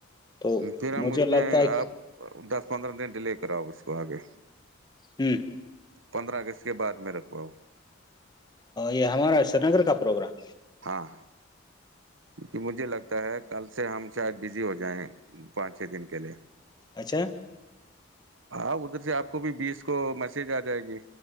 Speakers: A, on the left (about 20°); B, on the right (about 65°).
A: تو
B: پھر ہم
A: مجھے
B: اس
A: لگتا
B: میں
A: ہے
B: آپ دس پندرہ دن ڈیلے کراؤ اس کو آگے
A: ہوں
B: پندرہ اگست کے بعد میں رکھواؤ
A: یہ ہمارا سری نگر کا پروگرام
B: ہاں کہ مجھے لگتا ہے کل سے ہم شاید بزی ہو جائیں پانچ چھ دن کے لیے
A: اچھا
B: ہاں ادھر سے آپ کو بھی بیس کو میسج آ جائے گی